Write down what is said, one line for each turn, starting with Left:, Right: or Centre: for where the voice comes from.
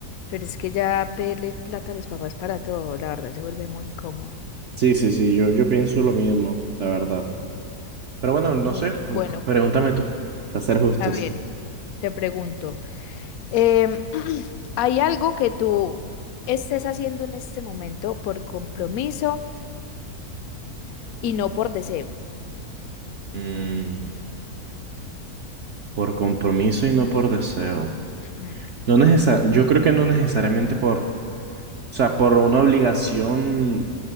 Left: pero es que ya pedirle plata a los papás para todo, la verdad, se vuelve muy incómodo.
Right: Sí, sí, sí, yo, yo pienso lo mismo, la verdad. Pero bueno, no
Left: Bu-
Right: sé,
Left: Bueno,
Right: pu- pregúntame tú, para ser justos.
Left: a ver, te pregunto, em, <clears throat> ¿hay algo que tú estés haciendo en este momento por compromiso y no por deseo?
Right: Mm, por compromiso y no por deseo.
Left: Ujú.
Right: No necesa- yo creo que no necesariamente por O sea, por una obligación